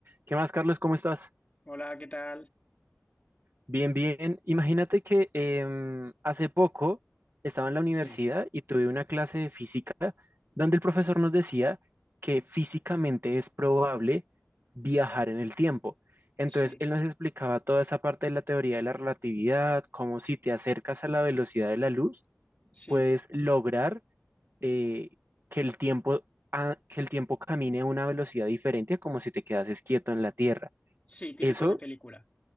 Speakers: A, on the right (about 50°); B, on the left (about 25°).
A: ¿Qué más, Carlos? ¿Cómo estás?
B: Hola, ¿qué tal?
A: Bien, bien. Imagínate que em, hace poco estaba en la universidad
B: Sí,
A: y tuve una clase de física donde el profesor nos decía que físicamente es probable viajar en el tiempo. Entonces,
B: sí,
A: él nos explicaba toda esa parte de la teoría de la relatividad, cómo si te acercas a la velocidad de la luz,
B: sí,
A: puedes lograr eh, que el tiempo, a- que el tiempo camine a una velocidad diferente a como si te quedases quieto en la Tierra.
B: sí, típico
A: Eso
B: de película.